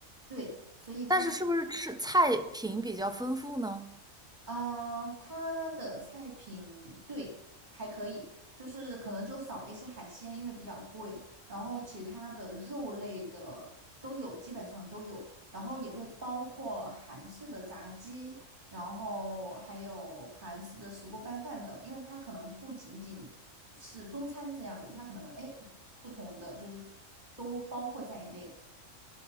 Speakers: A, on the right (about 35°); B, in the centre.
A: 对，所以经常。
B: 但是是不是吃菜品比较丰富呢？
A: 嗯，它的菜品对还可以，就是可能就少了一些海鲜，因为比较贵。然后其他的肉类的都有，基本上都有。然后也会包括韩式的炸鸡，然后还有韩式的石锅拌饭等。因为它可能不仅仅是中餐这样子，它可能哎不同的就是都包括在内。